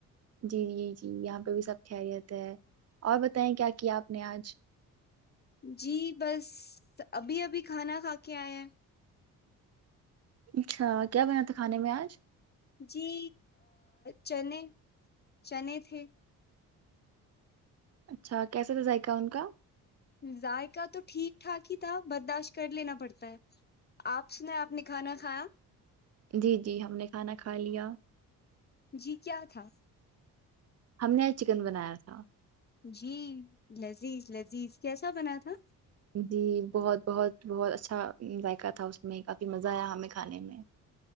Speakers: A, on the right; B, on the left.
A: جی جی جی یہاں پہ بھی سب خریت ہے اور بتائیں کیا کیا آپ نے آج
B: جی بس ابھی ابھی کھانا کھا کے آئے ہیں
A: اچھا کیا بنا تھا کھانے میں آج
B: جی چنے چنے تھے
A: اچھا کیسے کا ذائقہ ان کا
B: ذائقہ تو ٹھیک ٹھاک ہی تھا برداشت کر لینا پڑتا ہے آپس نے آپ نے کھانا کھایا
A: جی جی ہم نے کھانا کھا لیا
B: جی کیا تھا
A: ہم نے چکن بنایا تھا
B: جی لذیذ لذیذ کیسا بنا تھا
A: جی بہت بہت بہت اچھا ذائقہ تھا اس میں کافی مزہ آیا ہمیں کھانے میں